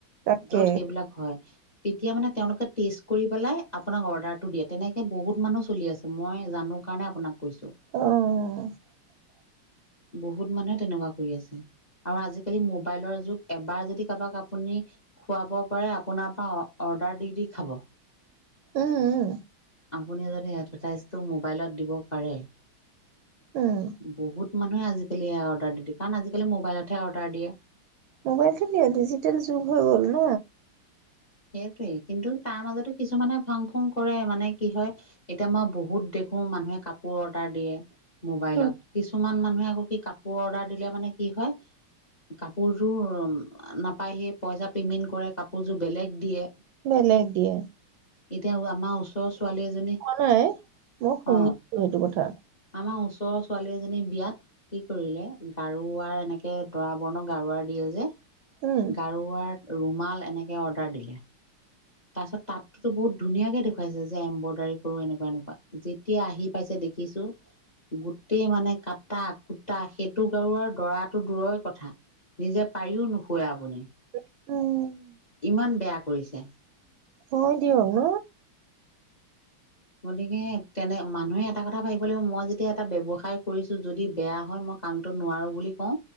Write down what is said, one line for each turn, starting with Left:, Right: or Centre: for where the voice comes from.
Right: তাকে
Left: য'ত সেইবিলাক হয়। তেতিয়া মানে তেওঁলোকে টেষ্ট কৰি পেলাই আপোনাক অৰ্ডাৰটো দিয়ে তেনেকে বহুত মানুহ চলি আছে মই জানো কাৰণে আপোনাক কৈছো।
Right: আহ।
Left: বহুত মানুহে তেনেকুৱা কৰি আছে। আৰু আজিকালি মোবাইল ৰ যোগ এবাৰ যদি কাবাক আপুনি খুৱাব পাৰে আপোনাৰ পৰা অৰ্ডাৰ দি দি খাব।।
Right: উম।
Left: আপুনি যদি এডভাইজটো মোবাইলত দিব পাৰে।
Right: উম
Left: বহুত। মানুহে আজিকালি এই অৰ্ডাৰ দি দে কাৰণ আজিকালি মোবাইলতহে অৰ্ডাৰ দিয়ে।
Right: মোবাইলতে দিয়ে ডিজিটেল যুগ হৈ গ'ল ন'।
Left: সেইটোৱে কিন্তু, তাৰ মাজতো কিছুমানে ফাং ফুং কৰে মানে কি হয় এতিয়া মই বহুত দেখো মানুহে কাপোৰ অৰ্ডাৰ দিয়ে। মোবাইলত
Right: উম
Left: কিছুমান মান। কিছুমান মানুহে কি কাপোৰ অৰ্ডাৰ দিলে মানে কি হয় কাপোৰযোৰ নাপায়হি পইচা পেমেণ্ট কৰে কাপোৰযোৰ বেলেগ। দিয়ে।
Right: বেলেগ দিয়ে,
Left: এতিয়া আমাৰ ওচৰৰ ছোৱালী এজনী
Right: নাই মই শুনিছো
Left: অ
Right: সেইটো কথা।
Left: আমাৰ ওচৰৰ ছোৱালী এজনী বিয়াত কি। কৰিলে গাৰো আ এনেকে। দে দৰা বৰ্ণক গাৰুৱাৰ দিয়ে যে
Right: উম
Left: গাৰুৱাত ৰুমাল এনেকে অৰ্ডাৰ দিলে তাৰপিছত তাততো বহুত ধুনীয়াকে দেখুৱাইছে যে এম্ব্ৰইডাৰী কৰো এনেকুৱা এনেকুৱা যেতিয়া আহি পাইছে দেখিছো গোটেই মানে কাটা কুটা সেইটো গাৰুৱাৰ দৰাটো দূৰৰ কথা নিজে পাৰিও নোশুৱে আপুনি
Right: উম
Left: ইমান বেয়া কৰিছে
Right: হয় দিয়ক ন
Left: গতিকে তেনে মানুহে এটা কথা ভাবিব লাগিব মই যেতিয়া এটা ব্যৱসায় কৰিছো যদি বেয়া হয় মই কামটো নোৱাৰো বুলি কও